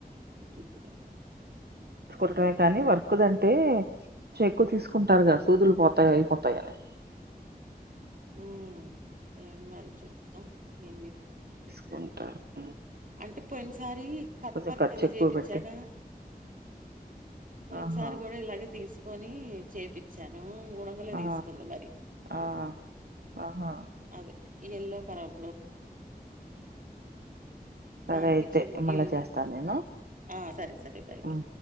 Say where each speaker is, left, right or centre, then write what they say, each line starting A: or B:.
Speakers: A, on the right; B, on the right.
A: కుట్టిద్దిలే
B: కురటమే కానీ వర్క్ దంటే చెక్కువ తీసుకుంటారుగా సూదులు పోతాయి అయిపోతాయని
A: మ్ ఏం మరి చెత ఏ
B: కుంటార
A: అంటే పోయినసారి కట్వర్క్
B: కొంచెం ఖర్చు
A: అది
B: ఎక్కువ
A: చేపిచ్చాగ
B: పెట్టి
A: పోయిన్
B: ఆహా
A: సారి గూడ ఇలాగే తీసి కోనీ చేపిచ్చాను మూడు వందలే
B: ఆ
A: తీసుకుంది మరి
B: ఆ ఆహా
A: అదే ఎల్లో కలర్
B: సరే
A: దాన్కి
B: అయితే
A: చెంకీలు
B: మళ్ళా చేస్తాను నేను
A: ఆ సరే సరే బై్ బయ్
B: ఉమ్.